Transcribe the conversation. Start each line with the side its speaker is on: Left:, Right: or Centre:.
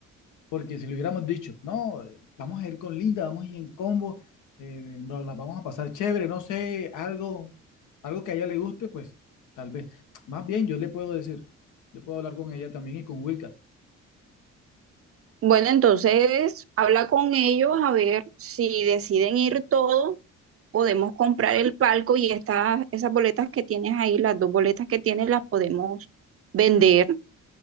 Left: Porque si le hubiéramos dicho, no, eh, vamos a ir con Linda, vamos a ir en combo, eh, nos la vamos a pasar chévere, no sé, algo, algo que a ella le guste, pues tal vez. Más bien, yo le puedo decir, yo puedo hablar con ella también y con Wilcar.
Right: Bueno, entonces habla con ellos a ver si deciden ir todos, podemos comprar el palco y estas, esas boletas que tienes ahí, las dos boletas que tienes, las podemos vender